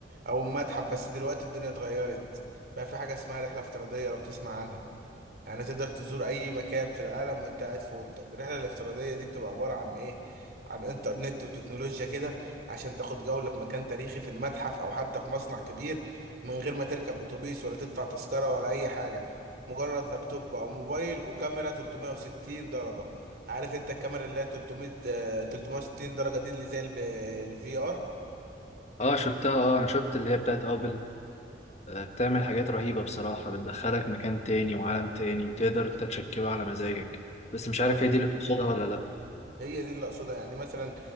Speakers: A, on the right (about 55°); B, on the left (about 40°).
A: أو المتحف بس دلوقتي الدنيا اتغيرت بقى في حاجة اسمها رحلة افتراضية لو تسمع عنها يعني تقدر تزور اي مكان في العالم وانت قاعد في اوضتك الرحله الافتراضيه دي بتبقى عباره عن ايه عن انترنت وتكنولوجيا كده عشان تاخد جوله في مكان تاريخي في المتحف او حتى في مصنع كبير من غير ما تركب اتوبيس ولا تدفع تذكره ولا اي حاجه مجرد لابتوب او موبايل وكاميرا 360 درجه عارف انت الكاميرا اللي هي 300 آه، 360 درجه دي اللي زي الفي
B: اه شفتها اه انا شفت اللي هي بتاعت ابل آه، بتعمل حاجات رهيبة بصراحة بتدخلك مكان تاني وعالم تاني وتقدر انت تشكله على مزاجك بس مش
A: ار
B: عارف هي دي اللي تقصدها ولا لا
A: هي دي اللي اقصدها يعني مثلا